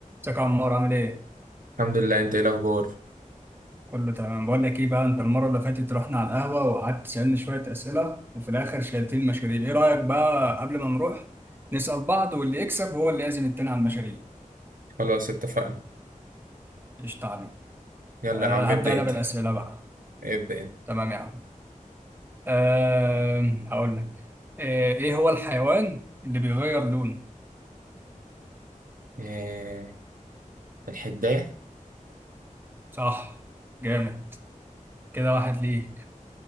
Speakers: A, on the right; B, on the right.
A: ازيك يا عمار عامل ايه؟
B: الحمد لله انت ايه الاخبار
A: كله تمام بقول لك ايه بقى انت المره اللي فاتت رحنا على القهوه وقعدت تسالني شويه اسئله وفي الاخر شلتين مشاريب ايه رايك بقى قبل ما نروح نسال بعض واللي يكسب هو اللي يعزم التاني على المشاريب
B: خلاص اتفقنا
A: قشطه عليك
B: يلا
A: أه
B: يا عم
A: هبدا
B: ابدا
A: انا
B: انت
A: بالاسئله بقى
B: ابدا انت
A: تمام يا عم أه هقول لك أه ايه هو الحيوان اللي بيغير لونه؟
B: إيه الحدايه
A: صح جامد كده واحد ليك